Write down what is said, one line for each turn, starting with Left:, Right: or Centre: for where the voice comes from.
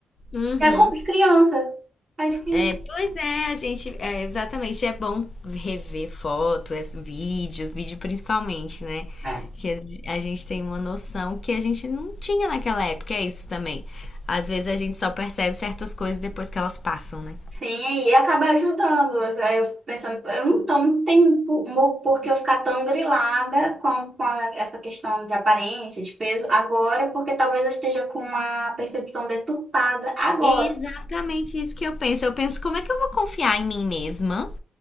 Left: Uhum.
Right: Era corpo de criança. Aí eu fiquei,
Left: É, pois é, a gente, é, exatamente, é bom rever foto, é, vídeo, vídeo principalmente, né?
Right: é.
Left: Que a a gente tem uma noção que a gente não tinha naquela época, é isso também. Às vezes a gente só percebe certas coisas depois que elas passam, né?
Right: Sim, e acaba ajudando. Aí eu fico pensando, eu não, tô, não tem por mo- por que eu ficar tão grilada com, com a- essa questão de aparência, de peso, agora, porque talvez eu esteja com uma percepção deturpada agora.
Left: É exatamente isso que eu penso. Eu penso, como é que eu vou confiar em mim mesma